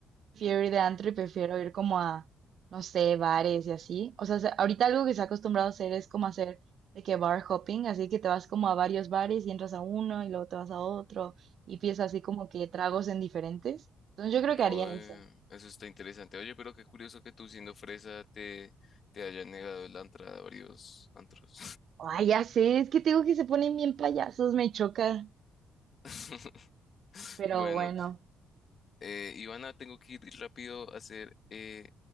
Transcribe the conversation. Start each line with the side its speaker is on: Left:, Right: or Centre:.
Right: prefiero ir de antro y prefiero ir como a, no sé, bares y así. O sea, se- ahorita algo que se ha acostumbrado a hacer es como hacer de que bar hopping, así que te vas como a varios bares y entras a uno y luego te vas a otro y pides así como que tragos en diferentes. Entonces yo creo que haría
Left: oe,
Right: eso.
Left: eso está interesante. Oye, pero qué curioso que tú siendo fresa te, te hayan negado la entrada a varios antros.
Right: Ay, ya sé, es que te digo que se ponen bien payasos, me choca,
Left: <laughs>
Right: pero
Left: Bueno.
Right: bueno.
Left: Eh, Ivana, tengo que ir rápido a hacer eh,